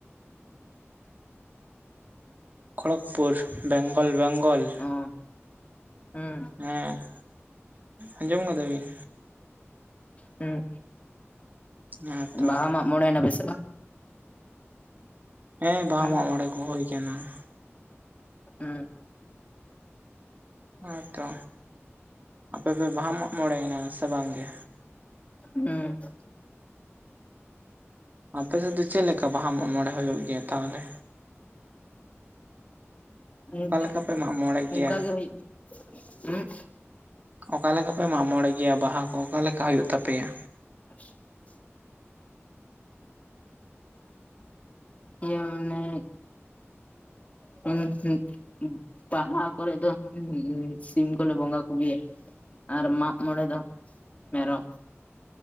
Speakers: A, on the right; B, on the left.
A: ᱠᱷᱚᱲᱚᱜᱽᱯᱩᱨ, ᱵᱮᱝᱜᱚᱞ ᱵᱮᱝᱜᱚᱞ
B: ᱚ
A: ᱾
B: ᱦᱩᱸ
A: ᱦᱮᱸ, ᱟᱸᱡᱚᱢ ᱠᱟᱫᱟ ᱵᱤᱱ ᱾
B: ᱦᱩᱸ,
A: ᱦᱮᱸ ᱛᱚ
B: ᱵᱟᱦᱟ ᱢᱟᱜ ᱢᱚᱬᱮ ᱮᱱᱟ ᱯᱮ ᱥᱮ ᱵᱟᱝ?
A: ᱦᱮᱸ, ᱵᱟᱦᱟ
B: ᱦᱩᱸ
A: ᱢᱟᱜ ᱢᱚᱬᱮ ᱠᱚ ᱦᱩᱭ ᱟᱠᱟᱱᱟ ᱾
B: ᱦᱩᱸ ᱾
A: ᱦᱮᱸ, ᱛᱚ ᱟᱯᱮ ᱯᱮ ᱵᱟᱦᱟ ᱢᱟᱜ ᱢᱚᱬᱮᱭᱮᱱᱟ ᱥᱮ ᱵᱟᱝ ᱜᱮ?
B: ᱦᱩᱸ ᱾
A: ᱟᱯᱮ ᱥᱮᱫ ᱫᱚ ᱪᱮᱫ ᱞᱮᱠᱟ ᱵᱟᱦᱟ ᱢᱚᱬᱮ ᱦᱩᱭᱩᱜ ᱜᱮᱭᱟ ᱛᱟᱦᱚᱞᱮ?
B: ᱦᱩᱸ
A: ᱚᱠᱟᱞᱮᱠᱟ ᱯᱮ ᱢᱟᱜ ᱢᱚᱬᱮᱜ
B: ᱚᱱᱠᱟ
A: ᱜᱮᱭᱟ?
B: ᱜᱮ ᱦᱩᱭᱩᱜ ᱦᱩᱸ
A: ᱚᱠᱟᱞᱮᱠᱟ ᱯᱮ ᱢᱟᱜ ᱢᱚᱬᱮ ᱜᱮᱭᱟ ᱵᱟᱦᱟ ᱠᱚ ᱚᱠᱟ ᱞᱮᱠᱟ ᱦᱩᱭᱩᱜ ᱛᱟᱯᱮᱭᱟ?
B: <inaudible> ᱚᱱᱮ ᱦᱩᱸ ᱦᱩ ᱦᱩ ᱵᱟᱦᱟ ᱠᱚᱨᱮ ᱫᱚ ᱦᱩ ᱥᱤᱢ ᱠᱚᱞᱮ ᱵᱚᱸᱜᱟ ᱠᱚᱜᱮᱭᱟ᱾ ᱟᱨ ᱢᱟᱜ ᱢᱚᱬᱮ ᱫᱚ ᱢᱮᱨᱚᱢ᱾